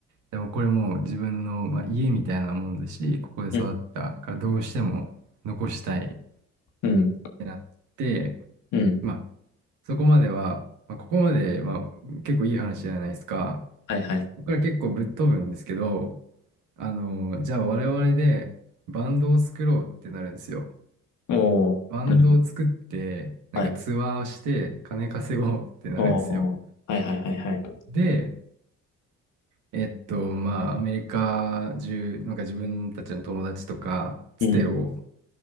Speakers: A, on the right (about 80°); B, on the left (about 80°).
A: でもこれもう自分の、まあ、家みたいなもんだし、ここで育ったからどうしても残したいっ
B: うん、うん、
A: てなって、
B: うん。
A: まあ、そこまでは、まあ、ここまで、まあ、結構いい話じゃないですか。
B: はいはい。
A: ここから結構ぶっ飛ぶんですけど、あの、じゃあ我々でバンドを作ろうってなるんですよ。
B: おー。
A: バンドを作って、
B: うん
A: なんかツアーをして金稼ごうってなるんですよ。
B: はい。おー。はいはいはいはい。
A: で、えっと、まあ、アメリカ中、なんか自分たちの友達とか、つてを
B: うん。